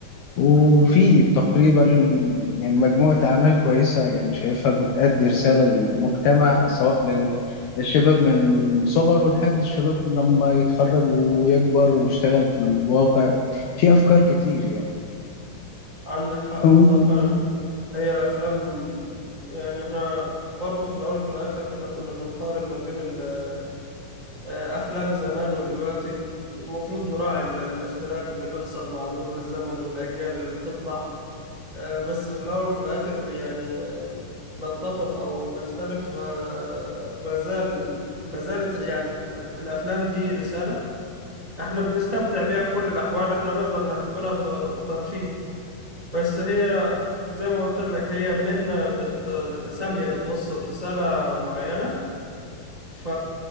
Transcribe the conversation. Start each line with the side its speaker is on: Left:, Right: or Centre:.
Left: وفي تقريبا يعني مجموعه اعمال كويسه يعني شايفها بتأدي رساله للمجتمع سواء لل- للشباب من صغره لحد الشباب لما يتخرج ويكبر ويشتغل في الواقع في افكار كتير يعني
Right: عندك حق
Left: أو ممكن-
Right: صح فعلا هي الأفلام يعني إحنا برضه في الأول وفي الآخر إحنا كنا بنقارن ما بين ال- أفلام زمان ودلوقتي المفروض نراعي ال- الاختلاف اللي بيحصل مع مرور الزمن والأجيال اللي بتطلع آه، بس في الأول وفي الآخر يعني آه، نتفق أو نختلف آه، ما زال ما زالت يعني ال- الأفلام دي رسالة احنا بنستمتع بيها في كل الأحوال احنا نقدر نعتبرها تر- ترفيه بس هي زي ما قلت لك هي مهنة بت... سامية بتوصل رسالة معينة ف